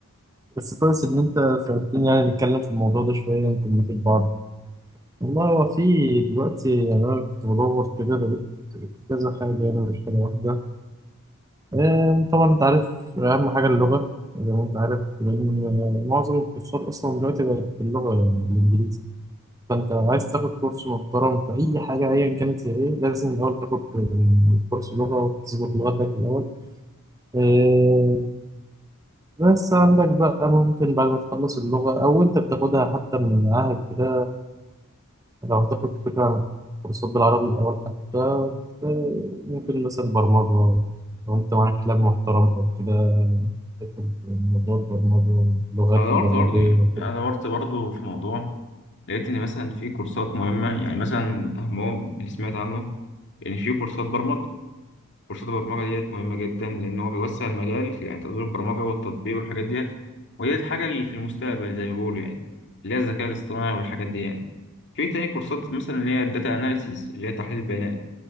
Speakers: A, on the right; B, on the left.
A: بس كويس إن أنت سألتني يعني نتكلم في الموضوع ده شوية يمكن نفيد بعض والله هو في دلوقتي يعني أنا كنت بدور كده لقيت كذا حاجة يعني مش حاجة واحدة آم، طبعا أنت عارف أهم حاجة اللغة زي ما أنت عارف لأن معظم الكورسات أصلا دلوقتي بقت باللغة يعني بالإنجليزي فأنت لو عايز تاخد كورس محترم في أي حاجة أيا كانت هي إيه لازم الأول تاخد كورس لغة وتظبط لغتك الأول آه، بس عندك بقى ممكن بعد ما تخلص اللغة أو أنت بتاخدها حتى من معاهد كده لو هتاخد فكرة عن كورسات بالعربي الأول حتى ت- ممكن مثلا برمجة لو أنت معاك لاب محترم أو كده تاخد موضوع البرمجة اللغات
B: انا دورت
A: البرمجية
B: برضو يعني
A: وكده
B: انا دورت برضو في موضوع لقيت ان مثلا في كورسات مهمه يعني مثلا هو اللي سمعت عنه ان في كورسات برمجه كورسات البرمجة ديت مهمة جدا لأن هو بيوسع المجال في يعني تطوير البرمجة والتطبيق والحاجات ديت وهي الحاجة اللي في المستقبل زي ما بيقولوا يعني اللي هي الذكاء الاصطناعي والحاجات دي يعني في تاني كورسات مثلا اللي هي الداتا أناليسيس اللي هي تحليل البيانات